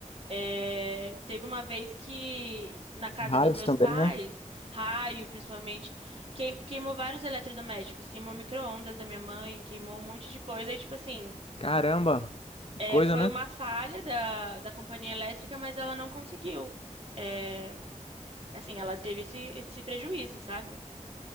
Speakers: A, on the right (about 50°); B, on the left (about 45°).
A: É, teve uma vez que na casa
B: Raios
A: dos meus
B: também,
A: pais,
B: né?
A: raio principalmente, queim- queimou vários eletrodomésticos, queimou micro-ondas da minha mãe, queimou um monte de coisa. E, tipo assim,
B: Caramba, que
A: é,
B: coisa,
A: foi
B: né?
A: uma falha da, da companhia elétrica, mas ela não conseguiu. é, assim, ela teve esse, esse prejuízo, sabe?